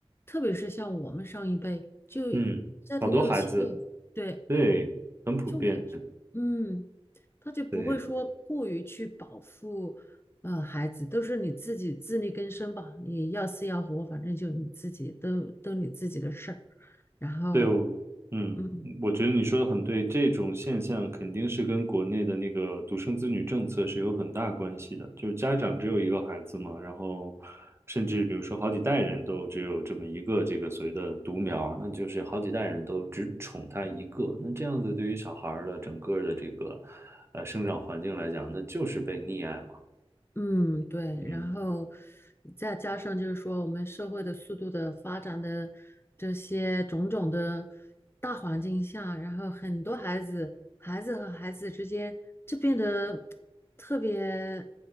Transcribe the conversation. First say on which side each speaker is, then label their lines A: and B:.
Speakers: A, on the left; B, on the right.
A: 特别是像我们上一辈，就
B: 嗯，
A: 家庭六七个，
B: 好多孩子，
A: 对，
B: 对，很普遍，
A: 就我嗯，他就不会说过于去保护，
B: 对。
A: 呃，孩子，都是你自己自力更生吧，你要死要活，反正就你自己都都你自己的事儿。然后，
B: 对，哦，嗯，
A: 嗯，
B: 我觉得你说的很对，这种现象肯定是跟国内的那个独生子女政策是有很大关系的。就是家长只有一个孩子嘛，然后甚至比如说好几代人都只有这么一个这个所谓的独苗，那就是好几代人都只宠他一个。那这样子对于小孩儿的整个的这个呃生长环境来讲，那就是被溺爱嘛。
A: 嗯，对，
B: 嗯
A: 然后再加上就是说，我们社会的速度的发展的这些种种的大环境下，然后很多孩子，孩子和孩子之间就变得特别，